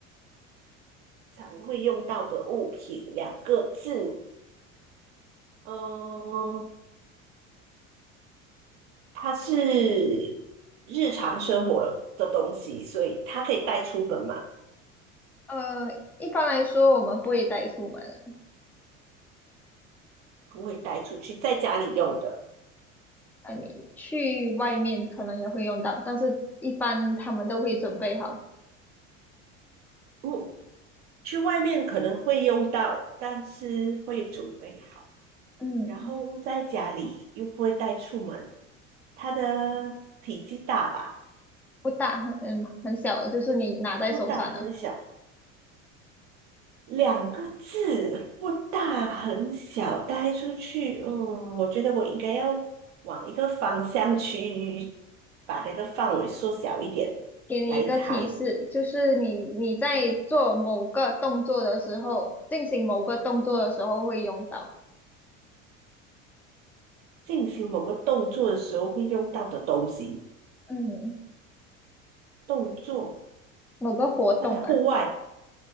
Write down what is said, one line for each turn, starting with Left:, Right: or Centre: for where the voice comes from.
Right: 常会用到的物品两个字，呃，它是日常生活的东西，所以它可以带出门嘛？
Centre: 呃，一般来说我们不会带出门了，
Right: 不会带出去，在家里用的。
Centre: 呃，你去外面可能也会用到，但是一般他们都会准备好。
Right: 嗯，去外面可能会用到，但是会准备好。
Centre: 嗯，
Right: 然后在家里又不会带出门，它的体积大吧？
Centre: 不大，很嗯很小的，就是你拿在手上的。
Right: 不大很小，两个字，不大很小，带出去，嗯，我觉得我应该要往一个方向去，把那个范围缩小一点来猜。
Centre: 给你一个提示，就是你你在做某个动作的时候，进行某个动作的时候会用到，
Right: 进行某个动作的时候会用到的东西，
Centre: 嗯，
Right: 动作
Centre: 某个活动吧，
Right: 在户外